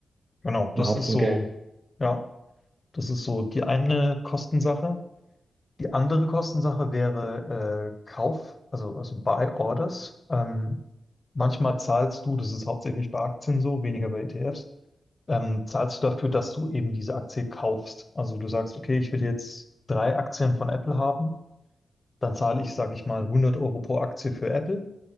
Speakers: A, on the left; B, on the right.
A: genau, das
B: ein Haufen
A: ist so,
B: Geld.
A: ja. Das ist so die eine Kostensache. Die andere Kostensache wäre äh, Kauf, also, also Buy Orders. Ähm, manchmal zahlst du, das ist hauptsächlich bei Aktien so, weniger bei ETFs, ähm, zahlst du dafür, dass du eben diese Aktie kaufst. Also du sagst, okay, ich will jetzt drei Aktien von Apple haben, dann zahle ich, sage ich mal, 100 Euro pro Aktie für Apple,